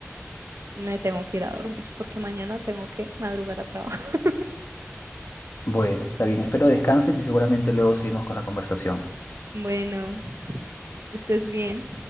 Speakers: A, on the right (about 70°); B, on the left (about 50°).
A: me tengo que ir a dormir, porque mañana tengo que madrugar a trabajar. <laughs>
B: Bueno, está bien. Espero descanses y seguramente luego seguimos con la conversación.
A: Bueno, que estés bien.